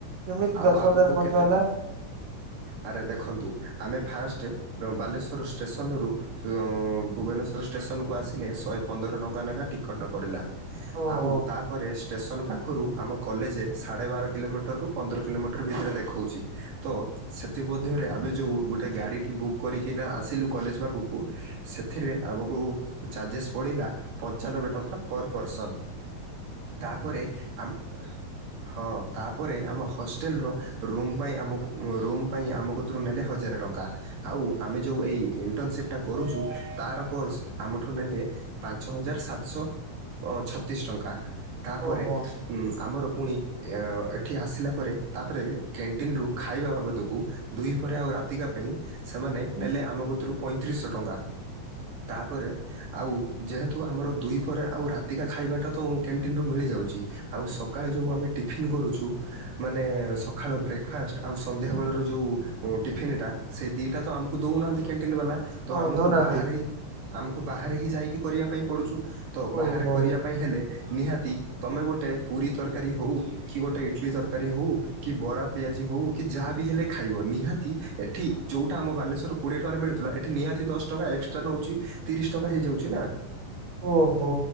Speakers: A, on the right; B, on the right.
A: କେମିତି
B: ଆଉ
A: ଦଶ
B: ଆଗକୁ
A: ହଜାର ଖର୍ଚ୍ଚ
B: କେତେ?
A: ହେଲା?
B: ଆରେ ଦେଖନ୍ତୁ ଆମେ ଫାଷ୍ଟ ବାଲେଶ୍ୱର ଷ୍ଟେସନ ରୁ ଭୁବନେଶ୍ୱର ଷ୍ଟେସନକୁ ଆସିଲେ ଶହେ ପନ୍ଦର ଟଙ୍କା ଲେଖା ଟିକଟ ପଡ଼ିଲା।
A: ଓହୋ
B: ଆଉ ତାପରେ ଷ୍ଟେସନ ପାଖ ପାଖରୁ ଆମ କଲେଜ ସାଢ଼େ ବାର କିଲୋମିଟରରୁୁ ପନ୍ଦର କିଲୋମିଟର ଭିତରେ ଦେଖଉଛି। ତ ସେଥିମଧ୍ୟରେ ଆମେ ଯେଉଁ ଗୋଟେ ଗାଡ଼ିଟି ବୁକ୍ କରିକିନା ଆସିଲୁ କଲେଜ ପାଖକୁ ସେଥିରେ ଆମକୁ ଚାର୍ଜେସ୍ ପଡ଼ିଲା ପଞ୍ଚାନବେ ଟଙ୍କା ପର ପର୍ସନ୍।
A: <inaudible>
B: ତାପରେ ଆମ ହଁ ତାପରେ ଆମ ହଷ୍ଟେଲର ରୁମ୍ ପାଇଁ ଆମ ପୁ ରୁମ୍ ପାଇଁ ଆମ କତୁରୁ ନେଲେ ହଜାର ଟଙ୍କା। ତା ଆଉ ଆମେ ଯୋଉ ଏଇ ଇଣ୍ଟର୍ନସିପ୍ ଟା କରୁଛୁ ତାର କୋର୍ସ ଆମଠୁ ନେଲେ ପାଞ୍ଚ ହଜାର ସାତଶହ ଛତିଶ ଟଙ୍କା। ତାପରେ
A: ଓହୋ
B: ଉଁ ଆମର ପୁଣି ଏ ଏଠି ଆସିଲା ପରେ ତା ପରେ କ୍ୟାଣ୍ଟିନ୍ ରୁ ଖାଇବା ବାବଦକୁ ଦୁଇ ପରେ ଆଉ ରାତିକା ପାଇଁ ସେମାନେ ନେଲେ ଆମ କତୁରୁ ପଇଁତିରିଶହ ଟଙ୍କା। ତାପରେ ଆଉ ଯେହେତୁ ଆମର ଦୁଇ ପରେ ଆଉ ରାତିକା ଖାଇବାଟା ତ କ୍ୟାଣ୍ଟିନ୍ ମିଳିଯାଉଛି। ଆଉ ସକାଳେ ଯୋଉ ଆମେ ଟିଫିନ୍ କରୁଛୁ ମାନେ ସକାଳ ବ୍ରେକ୍ଫାଷ୍ଟ ଆଉ ସନ୍ଧ୍ୟାବେଳର ଯେଉଁ ଟିଫିନ୍ ଟା ସେ ଦିଇଟା ତ ଆମକୁ ଦଉନାହାଁନ୍ତି କ୍ୟାଣ୍ଟିନ୍ ବାଲା ତ
A: ହଁ
B: ଆମକୁ
A: ଦଉନାହାନ୍ତି
B: ବାହାରେ ଆମକୁ ବାହାରେ ହିଁ ଯାଇକି କରିବା ପାଇଁ ପଡ଼ୁଛୁ ତ ବାହାରେ
A: ଓହୋ
B: କରିବା ପାଇଁ ହେଲେ ନିହାତି ତୁମେ ଗୋଟେ ପୁରୀ ତରକାରୀ ହଉ କି ଗୋଟେ ଇଟଲି ତରକାରୀ ହଉ କି ବରା ପିଆଜି ହଉ କି ଯାହା ବି ହେଲେ ଖାଇବ ନିହାତି ଏଠି ଯୋଉଟା ଆମ ବାଲେଶ୍ୱର କୋଡ଼ିଏ ଟଙ୍କାରେ ମିଳୁଥିଲା ଏଠି ନିହାତି ଦଶ ଟଙ୍କା ଏକ୍ସଟ୍ରା ନଉଛି ତିରିଶ ଟଙ୍କା ହେଇଯାଉଛି ନା।
A: ଓହୋ